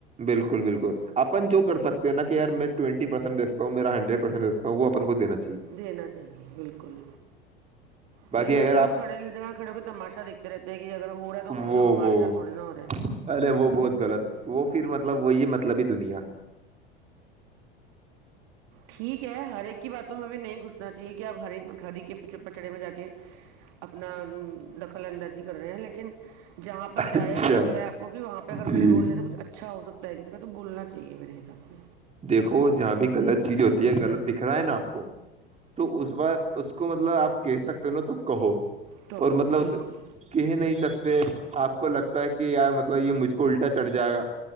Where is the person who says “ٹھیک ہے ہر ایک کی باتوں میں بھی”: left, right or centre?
Right